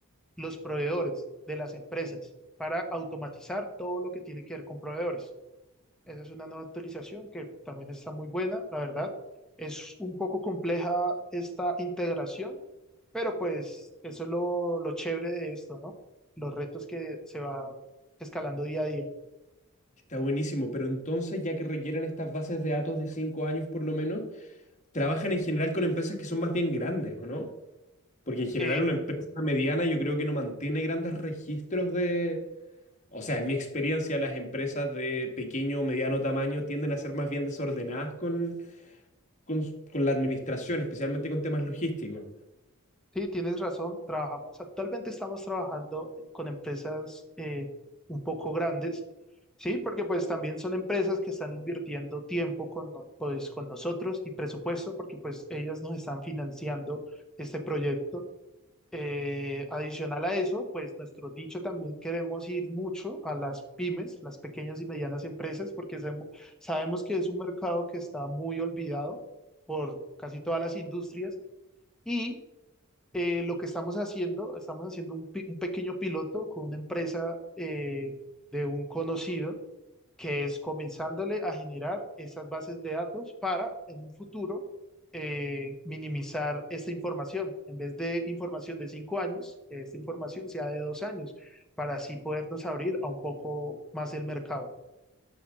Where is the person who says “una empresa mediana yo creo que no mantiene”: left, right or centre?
Left